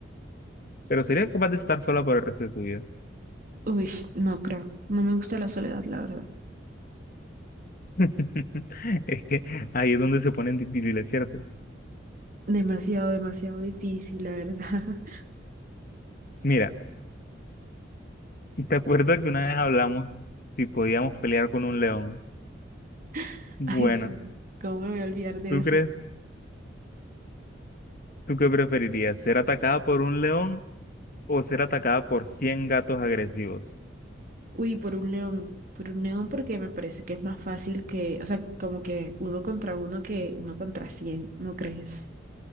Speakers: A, on the left; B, on the right.
A: Pero sería capaz de estar sola por el resto de tu vida.
B: Uy, no creo. No me gusta la soledad, la verdad.
A: <laughs> Es que ahí es donde se ponen difíciles, ¿cierto?
B: Demasiado, demasiado difícil, la verdad. <laughs>
A: Mira, ¿te acuerdas que una vez hablamos si podíamos pelear con un león?
B: <laughs>
A: Bueno,
B: Ay, sí, ¿cómo me voy a olvidar de
A: ¿tú
B: eso?
A: crees, tú qué preferirías? ¿Ser atacada por un león o ser atacada por 100 gatos agresivos?
B: Uy, por un león, por un león porque me parece que es más fácil que, o sea, como que uno contra uno que uno contra cien, ¿no crees?